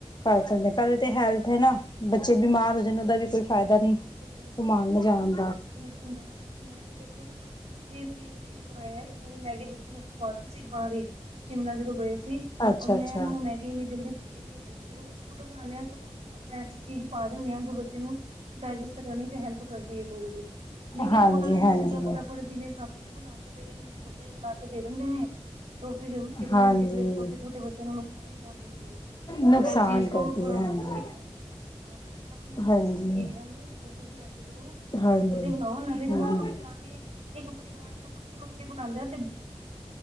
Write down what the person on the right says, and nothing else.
ਹਾਂਜੀ
ਬਿਲਕੁਲ ਬਿਲਕੁਲ
ਬਿਲਕੁਲ ਮੈਂ-ਮੈਂ ਤੇ ਵੇਖੋ ਖੁਦ ਵੀ ਫੇਸ ਵੀ ਕੀਤਾ ਹੋਇਆ ਹੈ ਇਕ ਪੂਰੀ ਮੈਗੀ ਬੱਚੇ ਨੂੰ ਖਵਾਤੀ ਸੀ ਬਾਰ ਹੀ ਸ਼ਿਮਲਾ ਜਦੋਂ ਗਏ ਸੀ। ਸੀ
ਔਰ ਮੈਂ
ਇਹਨੂੰ ਮੈਗੀ ਇੰਨੀ ਜਲਦੀ <unintelligible> ਜਦੋਂ ਅਸੀਂ ਖੁਦ ਬਣਾਉਂਦੇ ਹਾਂ ਤਾਂ ਆਪਾਂ ਐਸੀ ਚੀਜ਼ ਪਾ ਦਿੰਦੇ ਹਾਂ ਜੋ ਬੱਚੇ ਨੂੰ ਡਾਈਜੈਸਟ ਕਰਨ ਚ ਹੈਲਪ ਕਰਦੀ ਏ ਕੋਲਡਡਰਿੰਕ ਲੇਕਿਨ
ਉਹਨਾਂ ਨੇ
ਤੇ ਸਿੱਧਾ ਫਟਾਫਟ ਜਿਵੇਂ ਸਾ ਨੂੰ ਬਣਾ ਕੇ ਦੇ ਰਹੇ ਨੇ ਓਦਾਂ ਹੀ ਬਣਾ ਕੇ ਦੇ ਦਿੰਦੇ ਨੇ। ਫ ਕਿੱਧਰੇ
ਨਾ ਕਿੱਧਰੇ ਛੋਟੇ ਛੋਟੇ ਬੱਚਿਆਂ ਨੂੰ ਨੁਕਸਾਨ ਦਿੰਦੀ ਏ,
ਇਹ ਚੀਜ਼ ਤੋ
ਥੋੜਾ
ਬੱਚੇ
ਲਈ ਨਾ ਹਾਂਜੀ ਆਪਣਾ ਹੀ
ਸਿਸਟਮ ਠੀਕ ਰਹਿਦਾ ਬੁ ਬੁ ਲੈ ਕੇ ਜਾਓ
ਓਦਾ ਹੀ ਬਣਾਓ ਨਾਲੇ ਜਦੋਂ
ਖੁੱਦ ਜਾ ਕੇ ਇੱਕ ਪਰਿਵਾਰ ਜਦੋਂ ਇਕੱਠੇ ਹੋ ਕੇ ਬਣਾਉਂਦਾ ਏ